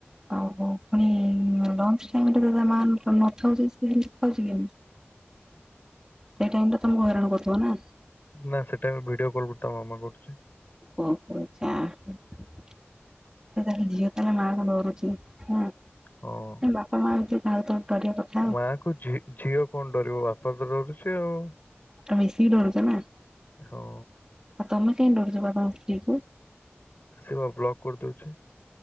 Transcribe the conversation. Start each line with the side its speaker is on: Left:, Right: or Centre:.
Right: ଓହୋ ପୁଣି ଲଞ୍ଚ ଟାଇମ୍ ରେ ତା ମା ନଥାଉଚି ସେ ଖାଉଚି କେମତି?
Left: ହଁ <inaudible>
Right: ସେଇ ଟାଇମ୍ ଟା ତମକୁ ହଇରାଣ କରୁଥିବ ନା।
Left: ନାଁ ସେ ଟାଇମ୍ ରେ ଭିଡିଓ କଲ୍ ତା ମାମା କରୁଚି।
Right: ଓହୋ ଯାହା ହୋଉ ତାହାଲେ ଝିଅ ତାହେଲେ ମା କୁ ଡରୁଛି। ହଁ
Left: ହଁ।
Right: ବାପା ମା ଭିତରୁ ଯାହାକୁ ତ ଡରିବା କଥା ଆଉ।
Left: ମା ଝି ଝିଅ କଣ ଡରିବ ବାପା ତ ଡରୁଛି ଆଉ।
Right: ମିଶିକି ଡରୁଚ ନା ଆଉ
Left: ହଁ।
Right: ତମେ କାଇଁ ଡରୁଚ ବା ତମ ସ୍ତ୍ରୀ କୁ?
Left: ସେ ବା ବ୍ଲକ୍ କରିଦୋଉଚି।